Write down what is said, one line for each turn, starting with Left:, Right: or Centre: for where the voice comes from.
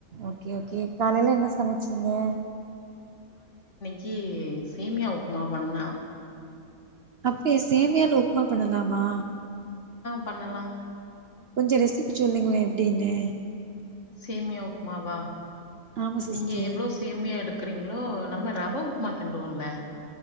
Right: ஓகே ஓகே காலையில என்ன சமைச்சீங்க
Left: கிர் சேமியா உப்புமா பண்ணம்
Right: அப் டியா சேமியால உப்புமா பண்ணலாமா
Left: பண்ணலாம்
Right: கொஞ்சம் ரெசிப்பி சொல்லீங்களேன் எப்டின்னு
Left: சேமியா உப்புமாவா
Right: ஆமா சிஸ்டர்
Left: நீங்க எவ்வளோ சேமியா எடுக்கறீங்களோ நம்ம ரவை உப்புமா கிண்டுவோம்ல